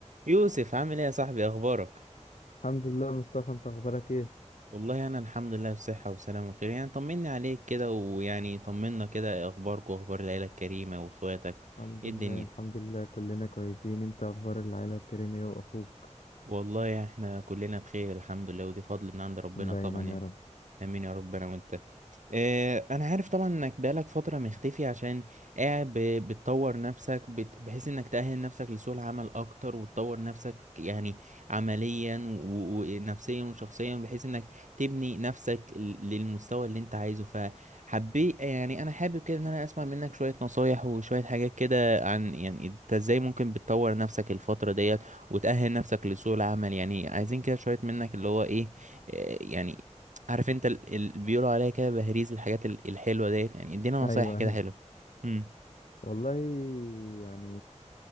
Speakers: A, on the right; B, on the left.
A: يوسف عامل ايه يا صاحبي اخبارك
B: الحمد لله مصطفى انت اخبارك ايه
A: والله انا الحمد لله بصحة وسلامة وخير يعني طمني عليك كده ويعني طمنا كده إيه اخبارك واخبار العيلة الكريمة واخواتك
B: الحمد
A: ايه
B: لله
A: الدنيا
B: الحمد لله كلنا كويسين انت اخبار العيلة الكريمة ايه واخوك
A: والله احنا كلنا بخير الحمد لله ودي فضل من عند ربنا
B: دايما
A: طبعا يعني
B: يا رب
A: امين يا رب انا وانت آه، انا عارف طبعا انك بقالك فترة مختفي عشان قاعد ب- بتطور نفسك بت- بحيث انك تأهل نفسك لسوق العمل اكتر وتطور نفسك يعني عمليا و- ونفسيا وشخصيا بحيث انك تبني نفسك ل- للمستوى اللي انت عايزه فحبيت يعني انا حابب كده ان انا اسمع منك شوية نصايح وشوية حاجات كده عن يعني انت ازاي ممكن بتطور نفسك الفترة ديت وتأهل نفسك لسوق العمل يعني عايزين كده شوية منك اللي هو ايه آه، يعني عارف انت اللي بيقولوا عليها كده بهريز الحاجات ال- الحلوة ديت يعني ادينا
B: ايوه
A: نصايح كده
B: ايوه
A: حلوة امم
B: والله يعني